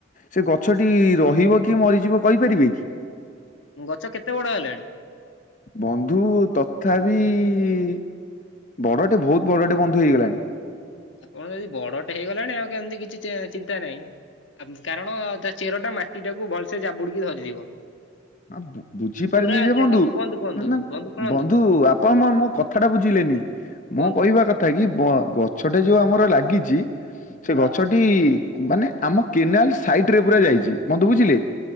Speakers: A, on the left; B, on the left.
A: ସେ ଗଛଟି ରହିବ କି ମରିଯିବ କହିପାରିବେ?
B: ଗଛ କେତେ ବଡ ହେଲାଣି?
A: ବନ୍ଧୁ ତଥାପି ଇ ବଡ଼ଟେ ଭୋଉତ ବଡ଼ଟେ ବନ୍ଧୁ ହେଇଗଲାଣି।
B: ଆପଣ ଯଦି ବଡ଼ଟେ ହେଇଗଲାଣି ଆଉ କେମତି କିଛି ଚେ ଚିନ୍ତା ନାଇଁ। ଆ କାରଣ ତା ଚେରଟା ମାଟିଟାକୁ ଭଲସେ ଜାବୁଡ଼ିକି ଧରିଥିବ।
A: ଅ ବୁ ବୁଝିପାରିଲି
B: ପୁରା
A: ଯେ
B: ଦେଖନ୍ତୁ
A: ବନ୍ଧୁ
B: କୁହନ୍ତୁ କୁହନ୍ତୁ
A: ନାଁ
B: ଶୁଣନ୍ତୁ
A: ବନ୍ଧୁ ଆପଣ ମୋ ମୋ କଥାଟା ବୁଝିଲେନି
B: କୁହନ୍ତୁ
A: ମୁଁ କହିବା କଥା କି ବ ଗଛଟେ ଯୋଉ ଆ ମର ଲାଗିଚି ସେ
B: ହଁ
A: ଗଛଟି ମାନେ ଆମ କେନାଲ୍ ସାଇଟ୍ ରେ ପୁରା ଯାଇ ଚି ବନ୍ଧୁ ବୁଝିଲେ?